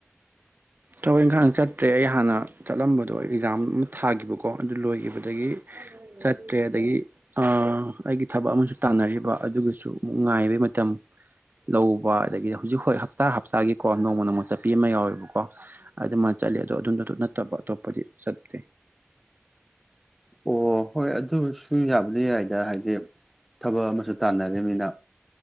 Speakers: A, on the right (about 45°); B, in the centre.
A: ꯇ꯭ꯔꯥꯕꯦꯜ ꯏꯪꯈꯥꯡ ꯆꯠꯇ꯭ꯔꯦ ꯑꯩ ꯍꯥꯟꯅ ꯆꯠꯂꯝꯕꯗꯣ ꯑꯦꯛꯖꯥꯝ ꯑꯃ ꯊꯥꯈꯤꯕꯀꯣ ꯑꯗꯨ ꯂꯣꯏꯈꯤꯕꯗꯒꯤ ꯆꯠꯇ꯭ꯔꯦ ꯑꯗꯒꯤ ꯑꯩꯒꯤ ꯊꯕꯛ ꯑꯃꯁꯨ ꯇꯥꯟꯅꯔꯤꯕ ꯑꯗꯨꯒꯤꯁꯨ ꯑꯃꯨꯛ ꯉꯥꯏꯕꯩ ꯃꯇꯝ ꯂꯧꯕ ꯑꯗꯒꯤꯗꯤ ꯍꯧꯖꯤꯛ ꯍꯣꯏ ꯍꯞꯇꯥ ꯍꯞꯇꯥꯒꯤꯀꯣ ꯅꯣꯡꯃ ꯅꯣꯡꯃ ꯆꯠꯄꯤ ꯑꯃ ꯌꯥꯎꯋꯦꯕꯀꯣ ꯑꯗꯨꯗꯤ ꯃꯥ ꯆꯠꯂꯤ ꯑꯗꯣ ꯑꯗꯨꯗꯁꯨ ꯅꯠꯇꯕ ꯑꯇꯣꯞꯄꯗꯤ ꯆꯠꯇꯦ
B: ꯑꯣ ꯍꯣꯏ ꯑꯗꯨ ꯁꯨꯝ ꯌꯥꯕꯗꯤ ꯌꯥꯏꯗ ꯍꯥꯏꯗꯤ ꯊꯕꯛ ꯑꯃꯁꯨ ꯇꯥꯟꯅꯅꯤꯅ